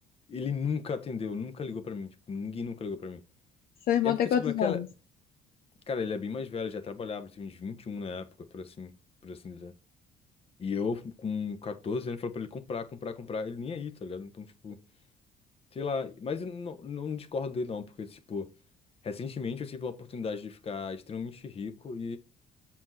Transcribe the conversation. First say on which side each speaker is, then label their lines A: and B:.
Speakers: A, on the left; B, on the left.
A: Ele nunca atendeu, nunca ligou pra mim. Tipo, ninguém nunca ligou pra mim.
B: Seu irmão
A: É porque,
B: tem quantos
A: tipo, naquela.
B: anos?
A: Cara, ele é bem mais velho, já trabalhava, ele tinha uns 21 na época, por assim, por assim dizer. E eu, com 14 anos, falei pra ele comprar, comprar, comprar. Ele nem aí, tá ligado? Então, tipo, sei lá. Mas eu não, não discordo dele, não, porque, tipo, recentemente eu tive a oportunidade de ficar extremamente rico